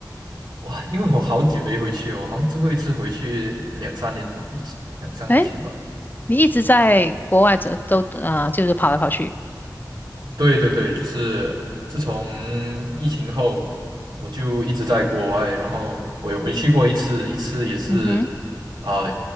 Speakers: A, on the right; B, on the left.
A: 哇，因为我好久没回去哦，我好像最后一次回去两三年一两三年前吧。
B: 哎，你一直在国外走都啊、就是跑来跑去。
A: 对对对，就是自从疫情后，我就一直在国外，然后我也回去过一次，一次也是
B: 嗯哼。
A: 啊、